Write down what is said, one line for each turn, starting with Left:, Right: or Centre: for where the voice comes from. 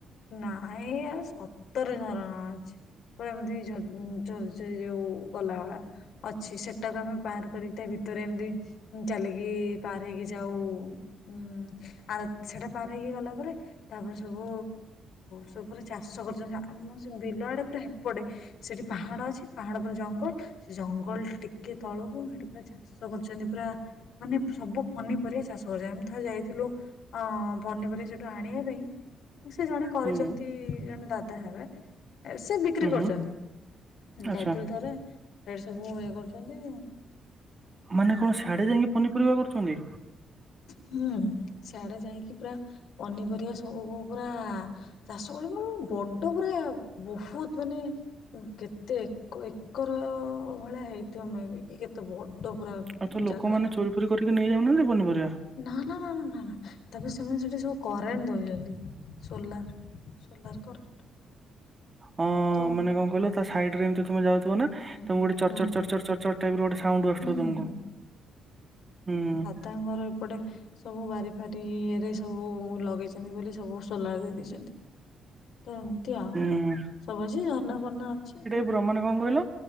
Left: ନାଇଁ ଆଉ ସତରେ ଝରଣା ଅଛି। ପୁରା ଏମିତି ଝ ଝରଝରି ଯୋଉ ଗଲାଭଳା। ଅଛି ସେଟାକୁ ଆମେ ପାର୍ କରିକି ତା ଭିତରେ ଏମିତି ଉଁ ଚାଲିକି ପାର ହେଇକି ଯାଉ ଉ ଆ ସେଟା ପାର ହେଇକି ଗଲା ପରେ ତାପରେ ସବୁ ସବୁ ପୁରା ଚାଷ କରୁଛନ୍ତି ଆମ ସେ ବିଲ ଆଡ଼େ ପୁରା ହେପଟେ। ସେଠି ପାହାଡ଼ ଅଛି ପାହାଡ଼ ପରେ ଜଙ୍ଗଲ ସେ ଜଙ୍ଗଲ ଟିକେ ତଳକୁ ମୁଁ ହେଠି ପୁରା ଚା ଷ କରୁଛନ୍ତି ପୁରା। ମାନେ ସବୁ ପନିପରିବା ଚାଷ କରୁଚନ୍ତି ଏମିତି ଥରେ ଯାଇଥିଲୁ। ଆ ପନିପରିବା ସେଠୁ ଆଣିବା ପାଇଁ ସେ ଜଣେ କରିଚନ୍ତି
Right: ହୁଁ
Left: ଜଣେ ଦାଦା ହେବେ ଏ ସେ ବିକ୍ରି
Right: ହୁଁ
Left: କରୁଚନ୍ତି।
Right: ହୁଁ ଆଚ୍ଛା
Left: ଯାଇଥିଲୁ ଥରେ ହେଇଠି ସବୁ ଇଏ କରୁଚନ୍ତି।
Right: ମାନେ କଣ ସିଆଡ଼େ ଯାଇକି ପନିପରିବା କରୁଚନ୍ତି।
Left: ହୁଁ ସିଆଡ଼େ ଯାଇକି ପୁରା ପନିପରିବା ସବୁକୁ ପୁରା ଚାଷ କରୁଚନ୍ତି ମାନେ ବଡ଼ ପୁରା ବୋହୁତ ମାନେ କେତେ ଏକ ଏକର ଭଳିଆ ହେଇଥିବ ମେବି। କି କେତେ ବଡ଼ ପୁରା
Right: ଆଉ ତ ଲୋକମାନେ
Left: ଜାଗାରେ।
Right: ଚୋରି କରିକି ନେଇ ଯାଉନାହାନ୍ତି ପନିପରିବା?
Left: ନା ନା ନା ନା ନା ନା ତାପରେ ସେମାନେ ସେଠି ସବୁ କରେଣ୍ଟ ଦୋଉଚନ୍ତି ସୋଲାର। Solar current.
Right: ହଁ
Left: ତ
Right: ମାନେ କଣ କହିଲ ତା ସାଇଡ଼ ରେ ଏମିତି ତମେ ଯାଉଥିବ ନା?
Left: ହୁଁ ହୁଁ
Right: ତମକୁ ଗୋଟେ ଚର୍ଡ ଚର୍ଡ ଚର୍ଡ ଚର୍ଡ ଟାଇପ୍ ର ଗୋଟେ ସାଉଣ୍ଡ ଆସୁଥିବ
Left: ହୁଁ ହୁଁ
Right: ତମକୁ ଉଁ।
Left: ତାଙ୍କଗର ଏପଟେ ସବୁ ବାରି ଫାରି ଇଏରେ ସବୁ ଲଗେଇଛନ୍ତି ବୋଲି ସବୁ ସୋଲାର୍ ଦେଇ ଦେଇଚନ୍ତି। ତ ଏମିତିଆ
Right: ହୁଁ
Left: ସବୁ ଅଛି ଝର୍ନା ଫର୍ଣ୍ନା ଅଛି।
Right: ପୁରା ମାନେ କଣ କହିଲ